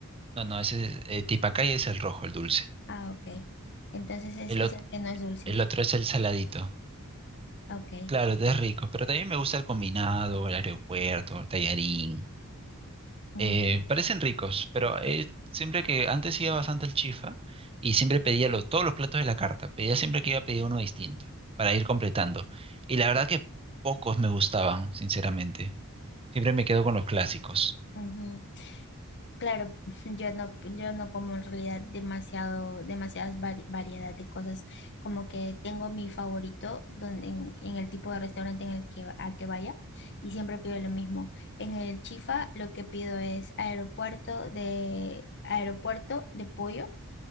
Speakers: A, on the right; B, on the left.
A: No, no, ese es, eh, tipacay es el rojo, el dulce.
B: Ah, ok. Entonces ese
A: El, ot-
B: es el que no es dulce.
A: el otro es el saladito.
B: Ok.
A: Claro, es rico, pero también me gusta el combinado, el aeropuerto, el tallarín.
B: Mm,
A: Eh, parecen ricos, pero eh, siempre que antes iba bastante al Chifa y siempre pedía lo- todos los platos de la carta, pedía siempre que iba a pedir uno distinto para ir completando. Y la verdad que pocos me gustaban, sinceramente. Siempre me quedo con los clásicos.
B: ujú. Claro, <laughs> yo no, yo no como en realidad demasiado, demasiadas vari- variedad de cosas. Como que tengo mi favorito donde, en, en el tipo de restaurante en el que, al que vaya y siempre pido lo mismo. En el Chifa lo que pido es aeropuerto de, aeropuerto de pollo